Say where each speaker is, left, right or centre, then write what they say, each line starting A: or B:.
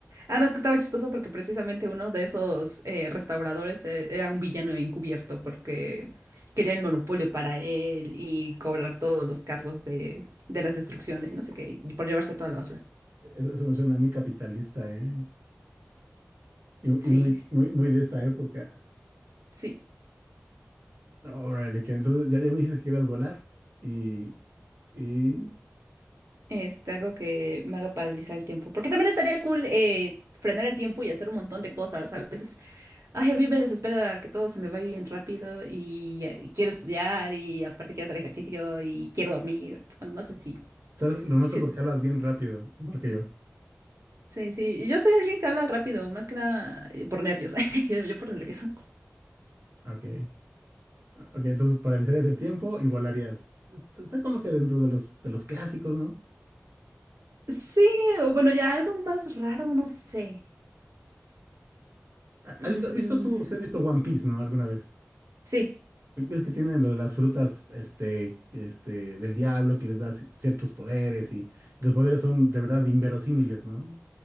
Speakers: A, on the right (about 80°); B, on the right (about 60°).
A: Ah, no, es que estaba chistoso porque precisamente uno de esos eh, restauradores eh, era un villano encubierto porque quería el monopolio para él y cobrar todos los cargos de, de las destrucciones y no sé qué, y por llevarse toda la basura.
B: E, Eso, eso me suena muy capitalista, ¿eh? Y,
A: Sí,
B: y muy, muy, muy de esta época.
A: sí,
B: Órale, que entonces ya, ya me dijiste que quieras volar y, y,
A: este, algo que me haga paralizar el tiempo. Porque también estaría cool eh, frenar el tiempo y hacer un montón de cosas. A veces, ay, a mí me desespera que todo se me va bien rápido y, eh, quiero estudiar y aparte quiero hacer ejercicio y quiero dormir. Bueno, No sé si...
B: ¿sabes? Lo noto
A: Sí,
B: porque hablas bien rápido, igual que yo.
A: Sí, sí, yo soy alguien que habla rápido, más que nada eh, por nervios, <laughs> yo, yo por nervioso.
B: Ok. Ok, entonces paralizarías el tiempo y volarías. Está está como que dentro de los, de los clásicos, ¿no?
A: Sí, o bueno, ya algo más raro, no sé. Mm,
B: ¿Has visto, has visto tú, si has visto One Piece, ¿no? Alguna vez.
A: sí,
B: Ves que tienen lo de las frutas, este, este, del diablo que les da ci- ciertos poderes y, los poderes son de verdad inverosímiles, ¿no?